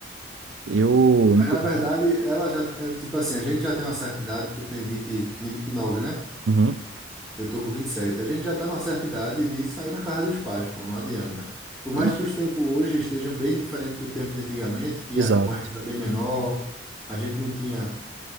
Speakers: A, on the right (about 70°); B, in the centre.
A: Eu, inclusive.
B: Mas na verdade, ela já, é, tipo assim, a gente já tem uma certa idade, tu tem 20, nem 29, né?
A: Uhum.
B: Eu tô com 27. A gente já tá numa certa idade de sair na casa dos pais, pô, não adianta. Por mais
A: E-
B: que os tempos hoje estejam bem diferentes do tempo de antigamente, que
A: Exato.
B: a concorrência era bem menor, a gente não tinha